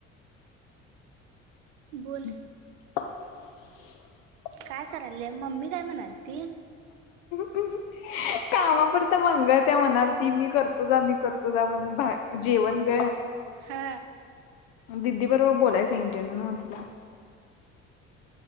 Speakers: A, on the right (about 65°); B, on the left (about 60°).
A: बोल.
B: <inaudible> <unintelligible>
A: काय करायलेय मम्मी काय म्हणाल ती?
B: <inaudible> कामा पूरत मंगलताई म्हणालती मी करतो जा, मी करतो जा म्हणून बाह जेवण ग.
A: हा.
B: दिदी बरोबर बोलायचं <unintelligible> ओ तिला.